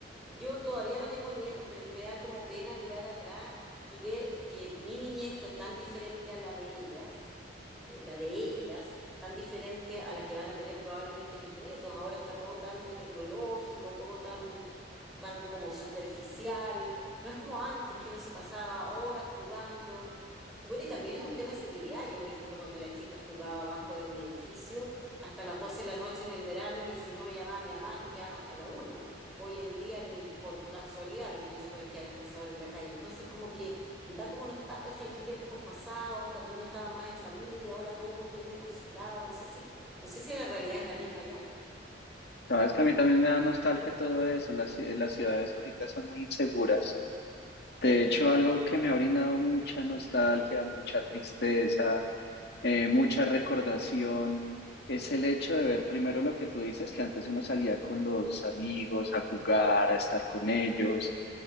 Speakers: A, in the centre; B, on the left.
A: yo todavía no tengo nietos, pero que me da como pena mirar atrás y ver que mi niñez fue tan diferente a la de ellas eh, la de ellas es tan diferente a la que van a tener probablemente mis nietos. Ahora está todo tan tecnológico, todo tan, tan como superficial. No es como antes que uno se pasaba horas jugando. Bueno, y también es un tema de seguridad. Yo, por ejemplo, cuando era chica jugaba abajo de mi edificio hasta las 12 de la noche en el verano y si no me llamaba mi mamá nos quedábamos hasta la una. Hoy en día ni por casualidad los niños se pueden quedar hasta esa hora en la calle. Entonces, como que Da como nostalgia los tiempos pasados, cuando uno estaba más en familia, ahora todo el mundo vive por su lado, no sé si, no sé si la realidad es la misma ya.
B: Sabes que a mí también me da nostalgia todo eso, las, ci- las ciudades ahorita son muy inseguras.
A: Sí.
B: De hecho, algo que me ha brindado mucha nostalgia, mucha tristeza eh, mucha recordación. Es el hecho de ver primero lo que tú dices, que antes uno salía con los amigos a jugar, a estar con ellos,